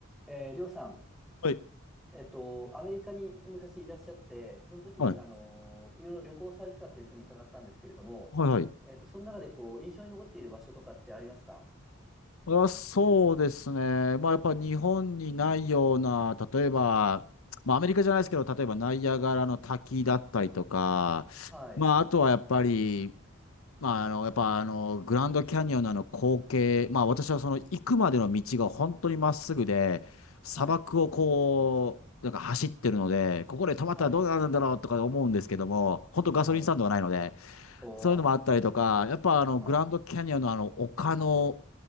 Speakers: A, in the centre; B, on the left.
A: えー、りょうさん、
B: はい。
A: えっと、アメリカに昔いらっしゃって、で、その時に、
B: はい。
A: あのーいろいろ旅行されてたというふうに伺ったんですけれども、
B: はい、はい。
A: えっと、その中で、こう、印象に残っている場所とかってありますか
B: あ、そうですね。まあ、やっぱ日本にないような、例えば、まあ、アメリカじゃないですけど、例えばナイアガラの滝だったりとか、
A: はい、
B: まあ、あとはやっぱり、まあ、あの、やっぱあの、グランドキャニオンのあの光景、まあ、私はその行くまでの道が本当にまっすぐで、砂漠をこう、
A: はい、
B: なんか走ってるので、ここで止まったらどうなるんだろうとか思うんですけども、
A: はい、
B: 本当ガソリンスタンドがないので、
A: はい、おー、
B: そういうのもあったりとか、やっぱあの、
A: はい、
B: グランドキャニオンのあの、丘の